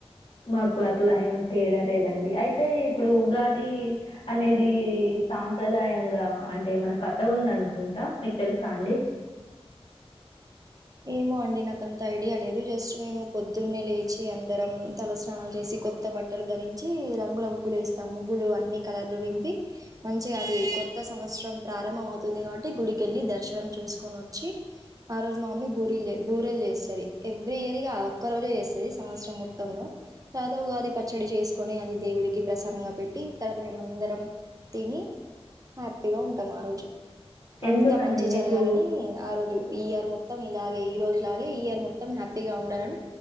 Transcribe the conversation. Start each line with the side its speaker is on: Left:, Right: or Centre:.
Left: మాకు అట్లా ఏం తేడాలేదండి అయితే ఇప్పుడు ఉగాది అనేది సాంప్రదాయంగా అంటే మన కథ ఉందనుకుంటా మీకు తెలుసా అండి.
Right: ఏమో అండి నాకంత ఐడియా లేదు జస్ట్ మేము పొద్దున్నే లేచి అందరం తలస్నానాలు చేసి కొత్త బట్టలు ధరించి రంగుల ముగ్గులు వేస్తాం ముగ్గులు అన్ని కలర్లు నింపి మంచిగా అది కొత్త సంవత్సరం ప్రారంభం అవుతుంది కాబట్టి గుడికి వెళ్ళి దర్శనం చేసుకొని వచ్చి ఆ రోజు మా మమ్మీ బూరిలు బూరెలు చేస్తది ఎవ్రీ ఇయర్ ఇగ ఆ ఒక్క రోజు చేస్తది సంవత్సరం మొత్తంలో తర్వాత ఉగాది పచ్చడి చేస్ కొని అది దేవుడికి ప్రసాదంగా పెట్టి తర్వాత మేముందరం తిని హ్యాపీగా ఉంటాము ఆ రోజు
Left: ఎందుకండి
Right: అంతా మంచిగా
Left: మీకు
Right: జరగాలని ఆ రోజు ఈ ఇయర్ మొత్తం ఇలాగే ఈ రోజు లాగే ఈ ఇయర్ మొత్తం హ్యాపీగా ఉండాలని